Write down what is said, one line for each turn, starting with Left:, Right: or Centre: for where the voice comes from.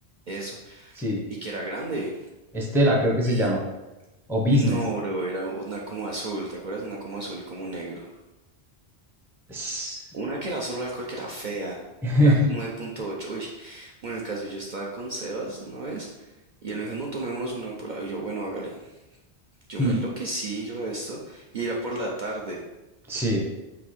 Right: eso,
Centre: Sí.
Right: y que era grande.
Centre: Estela, creo que se
Right: Y
Centre: llama. O Business.
Right: no, bro, era una como azul, ¿te acuerdas? Una como azul, como negro.
Centre: S-
Right: Una que era solo alcohol, que era fea.
Centre: <laughs>
Right: Eran nueve punto ocho Uy, bueno, el caso, yo estaba con Sebas una vez y él me dijo, no, tomémonos una por la Y yo, bueno, hágale. Yo
Centre: Hmm,
Right: me enloquecí, resto, y era por la tarde.
Centre: Sí.